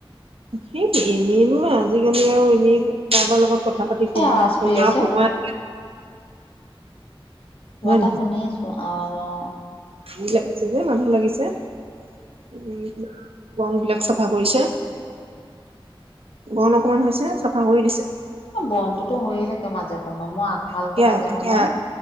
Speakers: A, on the right; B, on the left.
A: সেইটো এনেইনো আজিকালি আৰু এনেই কাৰোবাৰ লগত কথা পাতি
B: কি
A: সময়
B: আৱাজ
A: নষ্ট
B: কৰি
A: কৰা
B: আছে
A: সময়,
B: কিবা
A: হয়
B: এটা শুনি আছো আৱাজ অ,
A: ভিৰ লাগিছে যে মানুহ লাগিছে। উম। বন বিলাক চাফা কৰিছে। বন অকমান হৈছে চাফা কৰি দিছে।
B: এ বনতোটো হৈয়ে থাকে মাজে সময়, মই আগফালতো
A: এতিয়া
B: মাজে
A: এতিয়া
B: সময়,